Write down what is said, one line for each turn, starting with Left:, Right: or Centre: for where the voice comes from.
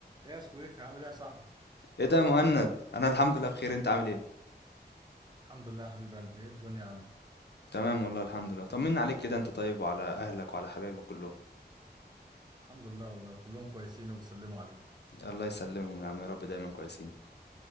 Right: ايه يا سويفي عامل ايه يا صاحبي
Left: ايه ده يا مهند انا الحمد لله بخير انت عامل ايه
Right: الحمد لله يا حبيب قلبي ايه الدنيا عندك
Left: تمام والله الحمد لله طمنا عليك كده انت طيب وعلى اهلك وعلى حبايبك كلهم
Right: الحمد لله والله كلهم كويسين وبيسلموا عليك
Left: الله يسلمهم يا عم يا رب دايما كويسين